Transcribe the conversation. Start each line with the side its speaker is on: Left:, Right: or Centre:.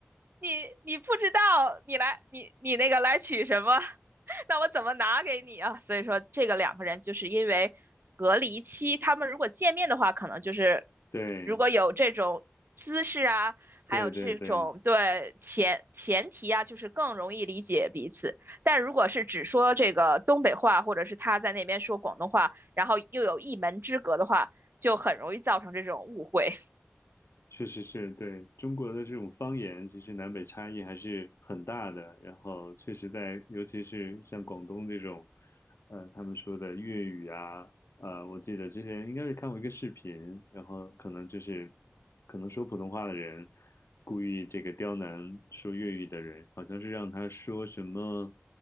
Right: 你你不知道，你来你你那个来取什么？<laughs> 那我怎么拿给你啊？所以说，这个两个人就是因为隔离期，他们如果见面的话，可能就是
Left: 对
Right: 如果有这种姿势啊，还有这种对前前提啊，
Left: 对对对。
Right: 就是更容易理解彼此。但如果是只说这个东北话，或者是他在那边说广东话，然后又有一门之隔的话，就很容易造成这种误会。
Left: 确实是对中国的这种方言，其实南北差异还是很大的。然后确实在，尤其是像广东这种，呃，他们说的粤语啊，呃，我记得之前应该是看过一个视频，然后可能就是可能说普通话的人故意这个刁难说粤语的人，好像是让他说什么